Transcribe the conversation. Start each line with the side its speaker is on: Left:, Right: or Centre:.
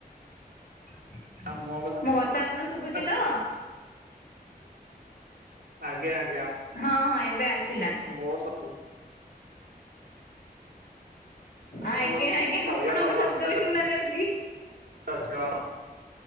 Left: ମୋ କଥା
Right: ଆଉ ମୋ
Left: ଆପଣଙ୍କୁ ଶୁଭୁଛି ତ?
Right: ଆସୁଛି ଆଜ୍ଞା ଆଜ୍ଞା।
Left: ହଁ ହଁ ଏବେ ଆସିଲା।
Right: <unintelligible>
Left: ଆଜ୍ଞା
Right: ମୁଁ ଶୟନ
Left: ଆଜ୍ଞା ଆପଣଙ୍କ
Right: ଅବସ୍ଥାରେ
Left: ଶବ୍ଦ ବି ଶୁଣା ଯାଉଛି।
Right: <inaudible>